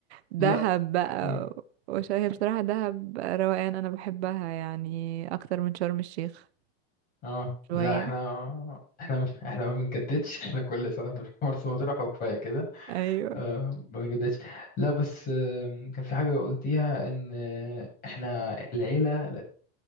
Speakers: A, on the right; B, on the left.
A: دهب
B: لا
A: بقى
B: أمم.
A: وش- هي بصراحة دهب روقان انا بحبها يعني اكتر من شرم الشيخ
B: اه
A: شوية
B: لا احنا احنا ما- احنا ما بنجددش <laughs> احنا كل سنه بنروح مرسى مطروح وكفايه كده
A: ايوه
B: آه ما بنجددش لا بس آم، كان في حاجه قلتيها ان آه، احنا العيله